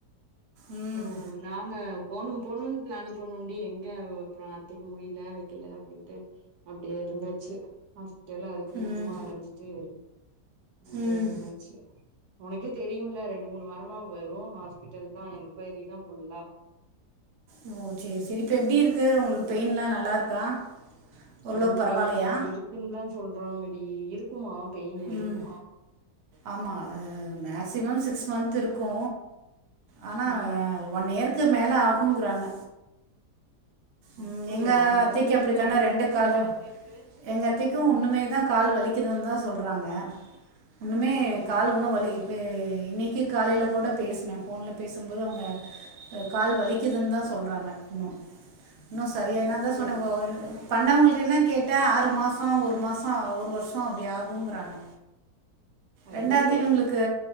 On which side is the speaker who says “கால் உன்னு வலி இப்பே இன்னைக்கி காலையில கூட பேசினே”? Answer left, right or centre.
Right